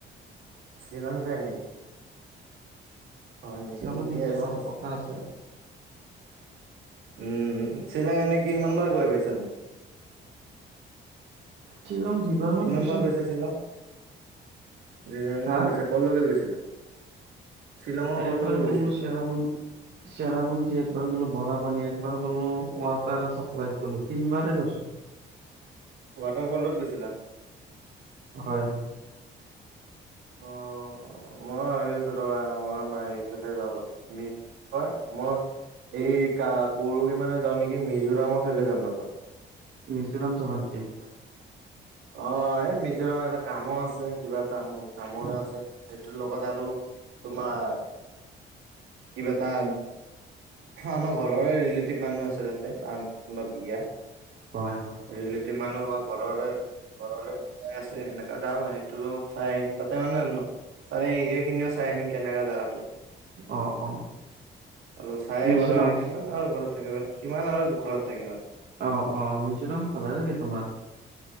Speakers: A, on the right; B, on the right.
A: শ্বিলং চাইড নেকি? হয় নেকি
B: শ্বিলঙত
A: ঠিকেই
B: কিন্তু
A: আছে।
B: যোৱাৰ কথা আছে
A: উম শ্বিলঙ এনে কিমান বাৰ গৈ পাইছা তুমি?
B: শ্বিলং দুইবাৰ মান
A: কিমান
B: গৈছো
A: বাৰ গৈছা শ্বিলং? দুইবাৰ
B: হা
A: মান গৈছা কলগে গৈছিলা? শ্বিলঙৰ ক'লৈকে
B: একবাৰ
A: গৈছিলা?
B: গ'লো চেৰাপুন চেৰা পুঞ্জী একবাৰ গ'লো বৰা পানী একবাৰ গ'লো। ৱাটাৰ চাপ্লাইত গ'লো তিনিবাৰে গৈছো।
A: ৱাটাৰ ফলত গৈছিলা?
B: হয়, হয়।
A: অ'। মই ভাবি আছো ৰ'বা, মই ম আহি ফালাই যাওঁ ৰ'বা কয় মই এই ক পৰহি মানে যাওঁ নেকি মিজোৰামৰ ফালে যাম ৰ'বা।
B: মিজোৰাম যাবা নেকি?
A: অ' এ মি নিজ আমাৰ এটা কামো আছে কিবা এটা মোৰ কামৰে আছে লগত আৰু তোমাৰ কিবা এটা আমাৰ ঘৰৰে ৰিলেটিভ মানুহ আছে তাতে তাৰ অন্তত বিয়া।
B: হয় হয়।
A: ৰিলেটিভ মানুহ হয় ঘৰৰে। ঘৰৰে বিলাই আছে সেনেকা যাম আৰু সেইটো চাই আহিম তাতে মানে তাৰে এই এৰিয়া খিনিও চাই আহিম কেনেকা জাগাটো।
B: অ অ
A: অলপ চাই আহিব
B: মিজোৰাম
A: লাগে নে কিমান ঘৰত থাকিব। কিমান আৰু ঘৰত থাকিমি আৰু।
B: অ', অ', মিজোৰাম ভালে লাগে তোমাৰ?